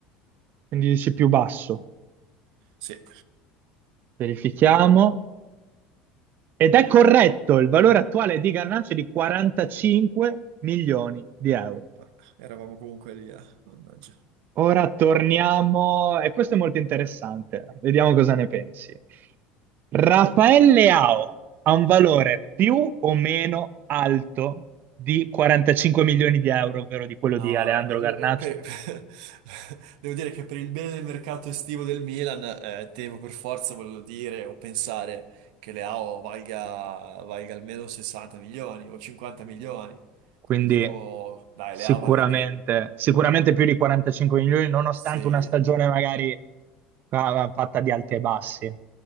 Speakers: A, on the right; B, on the right.
A: quindi dici più basso.
B: Sì,
A: Verifichiamo. Ed è corretto, il valore attuale di Garnacho è di 45 milioni di euro.
B: ma eravamo comunque lì, eh. Mannaggia.
A: Ora torniamo, e questo è molto interessante, vediamo cosa ne pensi. Rafael Leao ha un valore più o meno alto di 45 milioni di euro, ovvero di quello
B: No,
A: di Alejandro
B: eh, lo-
A: Garnacho,
B: eh, per- <laughs> devo dire che per il bene del mercato estivo del Milan, eh, devo per forza volerlo dire o pensare che Leao valga, valga almeno 60 milioni o 50 milioni.
A: quindi
B: Quindi dico, dai,
A: sicuramente,
B: Leao vale di più.
A: sicuramente più di 45 milioni, nonostante
B: Sì, eh,
A: una stagione magari ah, fatta di alti e bassi.